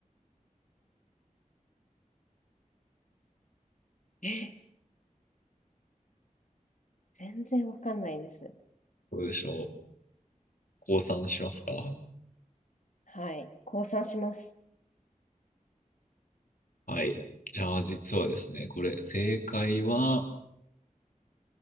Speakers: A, on the left; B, on the left.
A: え、全然わかんないです。
B: どうでしょう。降参しますか
A: はい。降参します。
B: はい。じゃあ、実はですね、これ、正解は、